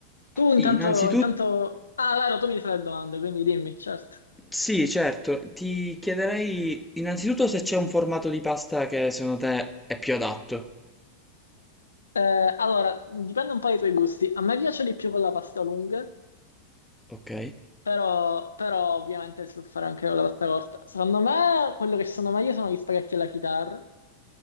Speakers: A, on the left; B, in the centre.
A: tu intanto,
B: innanzitutto,
A: intanto... Ah, Laro, tu mi fai le domande, quindi dimmi, certo.
B: sì, certo, ti chiederei innanzitutto se c'è un formato di pasta che secondo te è più adatto.
A: Eh, allora, dipende un po' dai tuoi gusti. A me piace di più con la pasta lunga,
B: Ok,
A: però, però ovviamente si può fare anche con la pasta corta. Secondo me, quello che sono meglio sono gli spaghetti alla chitarra.